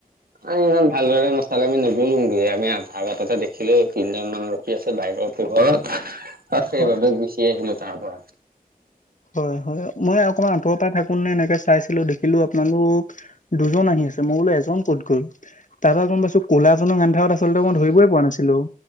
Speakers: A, on the right (about 75°); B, on the left (about 55°).
A: আহ, ইমান ভালদৰে নাচালে আমি নগলো, আমি আধা বাটতে দেখিলো তিনজন মানক কি আছে বাইকৰ পোহৰত আৰু সেইবাবে
B: হয়
A: গুচি আহিলো তাৰ পৰা।
B: হয় হয়, মই অকণমান আঁতৰৰ পৰা থাকো নে এনেকে চাইছিলো দেখিলো আপোনালোক দুজন আহি আছে মই বোলো এজন ক'ত গ'ল, তাৰ পৰা গম পাইছো ক'লা জনক আন্ধাৰত আচলতে মই ধৰিবই পৰা নাছিলো।